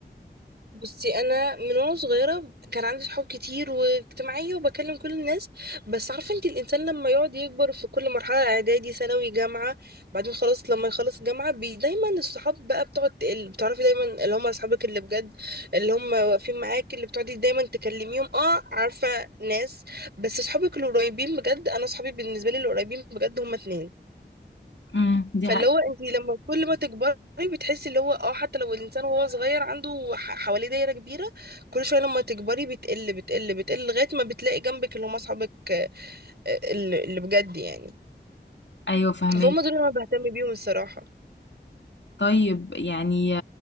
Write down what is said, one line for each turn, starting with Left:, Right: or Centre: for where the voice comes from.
Right: بصي انا من وانا صغيره كان عندي صحاب كتير واجتماعيه وبكلم كل الناس بس عارفه انت الانسان لما يقعد يكبر في كل مرحله اعدادي ثانوي جامعه بعدين خلاص لما يخلص جامعه بي دايما الصحاب بقى بتقعد تقل بتعرفي دايما اللي هم اصحابك اللي بجد اللي هم واقفين معاك اللي بتقعدي دايما تكلميهم اه عارفه ناس بس صحابك القريبين بجد انا صحابي بالنسبه لي القريبين بجد هم اتنين
Left: امم دي
Right: فاللي
Left: حقيقة
Right: هو انت لما كل ما تكبري بتحسي اللي هو اه حتى لو الانسان وهو صغير عنده ح- حواليه دايره كبيره كل شويه لما تكبري بتقل بتقل بتقل لغايه ما بتلاقي جنبك اللي هم اصحابك آه، اللي اللي بجد يعني
Left: ايوه فاهمك
Right: فهم دول اللي انا بهتم بيهم الصراحه
Left: طيب يعني